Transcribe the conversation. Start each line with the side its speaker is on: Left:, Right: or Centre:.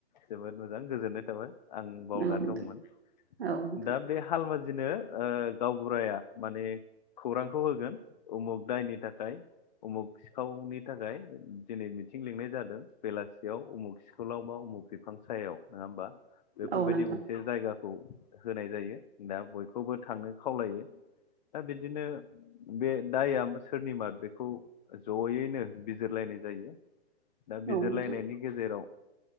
Left: जोबोद मोजां गोजोननाय थाबाय। आं बावनानै
Right: औ नोंथां
Left: दंमोन
Right: औ नोंथां
Left: दा बे हालमाजिनो ओ गावबुराया माने खौरांखौ होगोन उमुग दायनि थाखाय उमुग सिखावनि थाखाय दिनै मिथिं लिंनाय जादों बेलासियाव उमुग सिखलाव बाव बिफां सायाव नङा होमबा बेफोरबायदि
Right: औ नोंथां
Left: मोनसे जायगा खौ होनाय जायो दा बयखौबो थांनो खावलायो। दा बिदिनो बे दायया सोरनि मार बेखौ जयैनो बिजिरलायनाय जायो। दा बिजिरलायनायनि
Right: औ नोंथां
Left: गेजेराव